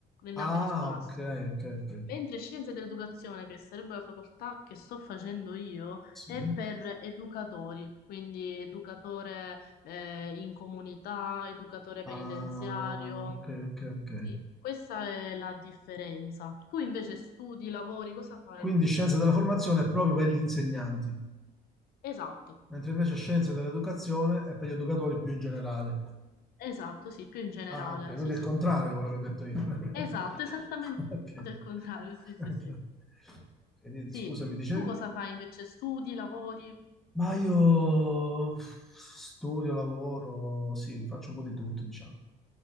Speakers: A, on the left; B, in the centre.
A: in
B: Ah,
A: ambito scolastico.
B: ok, ok, ok.
A: Mentre scienze dell'educazione, che sarebbe la facoltà che sto facendo io,
B: Sì.
A: è per educatori, quindi educatore eh, in comunità, educatore penitenziario.
B: Ah, ok, ok, ok.
A: Sì, questa è la differenza. Tu invece studi, lavori, cosa fai?
B: Quindi scienze della formazione è proprio per gli insegnanti,
A: Esatto,
B: mentre invece scienze dell'educazione è per gli educatori più in generale.
A: esatto, sì, più in generale,
B: Ah, ok, quindi
A: sì, sì.
B: è il contrario di quello che ho detto io. <laughs>
A: Esatto, esattamente
B: Ok,
A: il contrario, sì, sì,
B: ok.
A: sì.
B: Ok, niente,
A: Sì,
B: scusa, mi dicevi?
A: tu cosa fai invece? Studi, lavori?
B: Ma io studio, lavoro, sì, faccio un po' di tutto, diciamo.